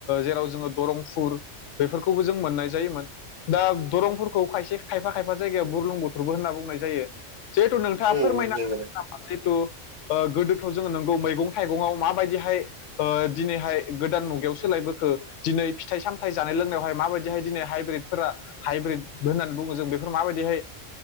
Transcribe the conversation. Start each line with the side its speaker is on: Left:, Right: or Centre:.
Left: जेराव जोङो दरं फुर बेफोरखौबो जों मोननाय जायोमोन। दा दरंफोरखौ खायसे खायफा खायफा जायगायाव बुरलुं बुथोरबो होनना बुंनाय जायो। जिहेथु नोंथाङा
Right: उम
Left: फोरमायनो
Right: उम नंगौ
Left: हागोन
Right: नंगौ
Left: नामा जिहेथु गोदोथ' जोङो नंगौ मैगं थाइगंआवहाय माबायदिहाय ओ दिनैहाय गोदान मुगायाव सोलायबोखो दिनै फिथाइ सामथथाय जानाय लोंनायावहाय माबायदिहाय दिनै हाइब्रिदफोरा हाइब्रिद होननानै बुङो जों बेफोर माबायदिहाय